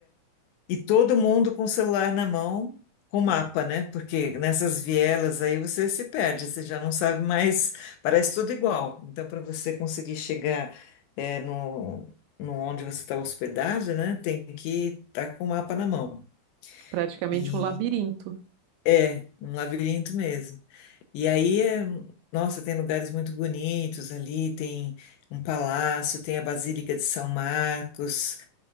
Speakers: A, on the left; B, on the right.
A: E todo mundo com o celular na mão, com mapa, né? Porque nessas vielas aí você se perde, você já não sabe mais, parece tudo igual. Então, para você conseguir chegar eh, no, no onde você está hospedado, né? Tem que estar com o mapa na mão.
B: praticamente
A: E
B: um labirinto.
A: é um labirinto mesmo. E aí, é, nossa, tem lugares muito bonitos ali, tem um palácio, tem a Basílica de São Marcos,